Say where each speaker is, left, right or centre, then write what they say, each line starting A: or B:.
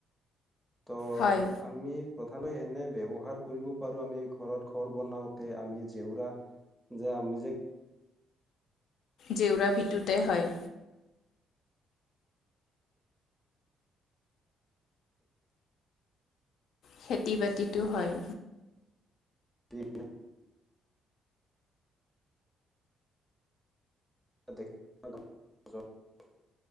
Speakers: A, in the centre; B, on the left.
A: ত
B: হয়
A: আমি, প্ৰথমে এনে ব্যৱহাৰ কৰিব পাৰো আমি ঘৰত ঘৰ বনাওতে আমি জেওৰা ব্যৱহাৰ কৰিব পাৰোঁ। যে আমি যে,
B: জেউৰা ভেটোতে হয়। খেতি বাতিটো হয়।
A: <inaudible> <unintelligible>